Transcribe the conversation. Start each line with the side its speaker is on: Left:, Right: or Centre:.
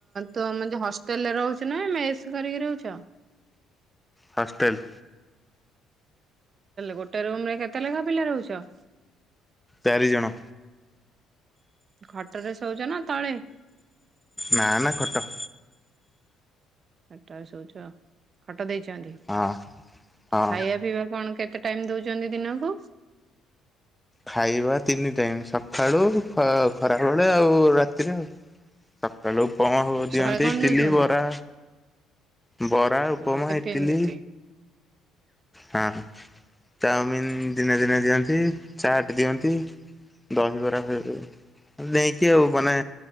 Right: ତୁ ଆମ ଯ ହଷ୍ଟେଲ ରେ ରହୁଛୁ ନା ମେସ୍ କରିକି ରହୁଛ?
Centre: ହଷ୍ଟେଲ୍।
Right: ଗୋଟେ ରୁମ ରେ କେତେ ଲେଖା ପିଲା ରହୁଛ?
Centre: ଚାରିଜଣ।
Right: ଖଟରେସ ହଉଛ ନା ତଳେ?
Centre: ନା ନା ଖଟ।
Right: ଖଟା ଶଉଛ ଖଟ ଦେଇଛନ୍ତି?
Centre: ହଁ ହଁ।
Right: ଖାଇବା ପିଇବା କଣ କେତେ ଟାଇମ ଦଉଛନ୍ତି ଦିନକୁ?
Centre: ଖାଇବା ତିନି ଟାଇମ ସକାଳୁ ଖରାବେେଳେ ଆଉ ରାତିରେ ଆଉ। ସକାଳୁ ପମା ଦିଅନ୍ତି
Right: ସକାଳେ କଣ
Centre: ଇଟିଲି
Right: ଦଉଛନ୍ତି?
Centre: ବରା ବରା ଉପମା
Right: ହଁ ଟିଫିନ
Centre: ଇତିଥିଲି।
Right: କେମିତି?
Centre: ହଁ ଚାଉମିିନ ଦିନେ ଦିନେ ଦିଅନ୍ତି ଚାଟ ଦିଅନ୍ତି। ଦହିବରା ହ ନେଇକି ଆଉ ମାନେ